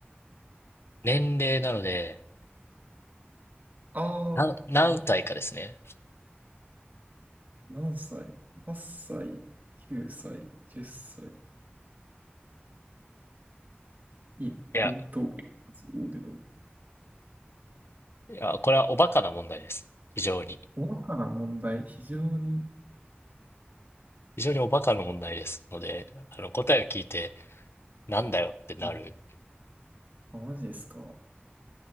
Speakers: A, on the left; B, on the right.
A: 年齢なので、
B: あー、
A: 何、何歳かですね。
B: え何歳 ?8 歳、9歳、10歳。い、
A: いや、
B: えいと、言うけど、
A: いや、これはおバカな問題です。非常に。
B: 大かな問題、非常に、
A: 非常におバカな問題ですので、あの、答えを聞いて、なんだよってなる。
B: うんあ、マジですか。